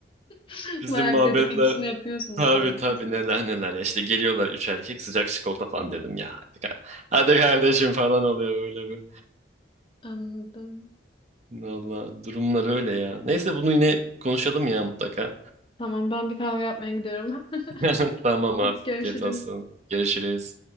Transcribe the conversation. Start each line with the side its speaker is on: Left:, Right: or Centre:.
Left: <laughs>
Right: Bizim
Left: Bayağı
Right: muhabbetler
Left: bir dedikodusunu yapıyorsunuzdur
Right: Tabii
Left: herkes.
Right: tabii neler neler ya işte geliyorlar üç erkek sıcak çikolata falan dedim ya. Hadi, ka- hadi kardeşim falan oluyor böyle bir.
Left: Anladım.
Right: Valla durumlar öyle ya. Neyse bunu yine konuşalım ya mutlaka.
Left: Tamam ben bir kahve yapmaya gidiyorum. <laughs>
Right: <laughs> Tamam
Left: Hadi
Right: afiyet
Left: görüşürüz.
Right: olsun. Görüşürüz.